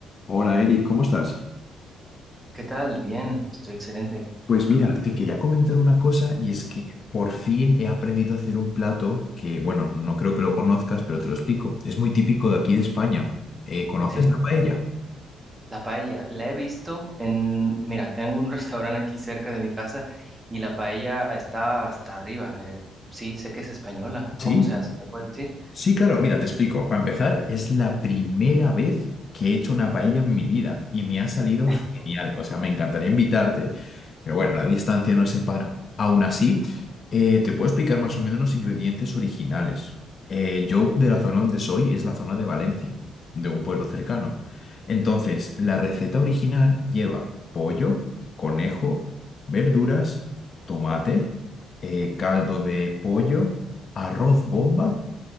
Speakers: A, on the left; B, on the right.
A: Hola Eric, ¿cómo estás?
B: ¿Qué tal? Bien, estoy excelente,
A: Pues mira, te quería comentar una cosa y es que por fin he aprendido a hacer un plato que, bueno, no creo que lo conozcas, pero te lo explico. Es muy típico de aquí de España. Eh, ¿conoces
B: en serio.
A: la paella?
B: La paella, la he visto en, mira, tengo un <laughs> restaurante aquí cerca de mi casa y la paella está hasta arriba. eh, sí, sé que es española.
A: Sí.
B: ¿Cómo se hace? ¿Me puedes decir?
A: Sí, claro, mira, te explico. Para empezar, es la primera vez que he hecho una paella en mi vida y me ha salido
B: <laughs>
A: genial. O sea, me encantaría invitarte, pero bueno, la distancia nos separa. Aún así, eh, te puedo explicar más o menos los ingredientes originales. Eh, yo, de la zona donde soy, es la zona de Valencia, de un pueblo cercano. Entonces, la receta original lleva pollo, conejo, verduras, tomate, eh, caldo de pollo, arroz bomba